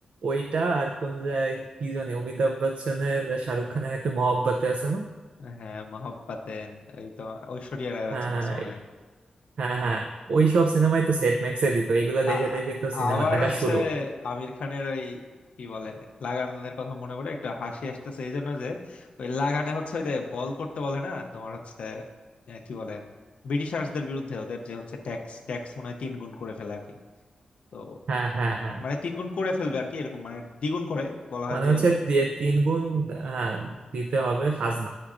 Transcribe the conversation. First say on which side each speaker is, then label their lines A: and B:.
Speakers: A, on the right; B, on the left.
A: ওইটা আর কোন জায়গায় কি জানি অমিতাভ বচ্চনের শাহরুখ খানের একটা মহব্বতে আছে না
B: হ্যাঁ মহব্বতেন এই তো ঐশ্বরিয়া রায় বচ্চন
A: হ্যাঁ হ্যাঁ
B: আছে মনে হয়
A: হ্যাঁ হ্যাঁ হ্যাঁ। ওইসব সিনেমাই তো সেট ম্যাক্সে দিত এগুলা দেখে
B: আ- আ-
A: দেখে তো
B: আবার
A: সিনেমা দেখা
B: হচ্ছে
A: শুরু
B: আমির খানের ওই কি বলে লাগানের কথা মনে পড়ে একটু হাসি আসতেছে এই জন্য যে ওই লাগানে হচ্ছে ওই যে বল করতে বলে না তোমার হচ্ছে আহ, কি বলে ব্রিটিশার্সদের বিরুদ্ধে ওদের যে হচ্ছে ট্যাক্স ট্যাক্স মনে হয় তিন গুণ করে ফেলে আর কি তো
A: হ্যাঁ হ্যাঁ হ্যাঁ
B: মানে তিন গুণ করে ফেলবে আর কি এরকম মানে দ্বিগুণ করে বলা হয়
A: মানে
B: যে
A: হচ্ছে দিয়ে তিন গুণ হ্যাঁ দিতে হবে খাজনা